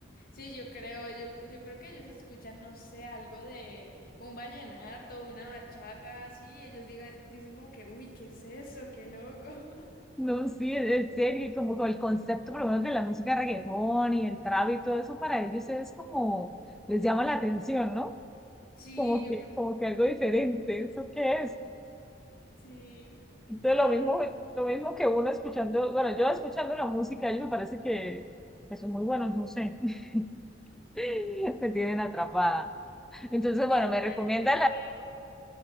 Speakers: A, on the left; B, in the centre.
A: sí, yo creo, yo, cre- yo creo que ellos escuchan, no sé, algo de un vallenato, una bachata, así, ellos digan, dicen como que, uy, ¿qué es eso? ¡Qué loco! <laughs>
B: No, sí, en en serio, como con el concepto por lo menos de la música reggaetón y el trap y todo eso para ellos es como, les llama la atención, ¿no?
A: Sí,
B: Como
A: yo
B: que,
A: creo,
B: como que algo diferente, ¿eso qué es?
A: sí.
B: Entonces
A: Ay,
B: lo mismo, lo mismo que uno escuchando, bueno, yo escuchando la música, ellos me parece que, que son muy buenos, no sé, <laughs> me tienen atrapada. Entonces, bueno,
A: sí,
B: me recomienda
A: e, eso
B: la...
A: veo,